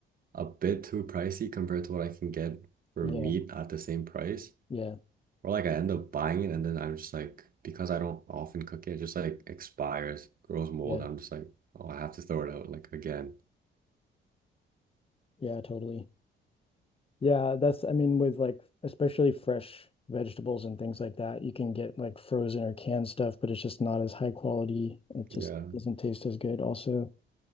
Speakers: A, on the right; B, on the left.
A: a bit too pricey compared to what I can get for
B: yeah,
A: meat at the same price,
B: yeah,
A: or like I end up buying it and then I'm just like because I don't often cook it, it just like expires, grows mold.
B: yeah,
A: I'm just like, oh, I have to throw it out like again.
B: yeah, totally. Yeah, that's, I mean, with like, especially fresh vegetables and things like that, you can get like frozen or canned stuff, but it's just not as high quality. It just
A: Yeah.
B: doesn't taste as good also.